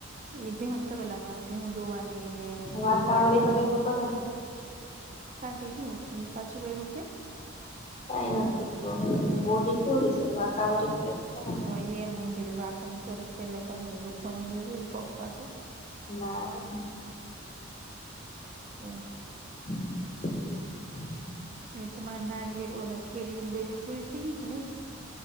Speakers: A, on the right (about 35°); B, on the left (about 30°).
A: એ હને તો પેલામાં હું ઘેઉ ધોવાનીને
B: વાકાવારી
A: બધું ઉપાડવાનું.
B: હગે તો કરે ને
A: કાથી હુંઠીને પાછું કઈધું કે <unintelligible>
B: કઈ નથી તું હવે બોડી કેવડી છે. તો વાટવારી તો ખરાબ
A: હોય એ મુગું વાઘકને પોરીક તલે પ દુખમી બરી એ પપાસું.
B: હારુ.....
A: તો <inaudible>
B: હ <inaudible>
A: એ તમારે નારીઓ ઓ કેરીયન બરીન કો થ કે નઈ.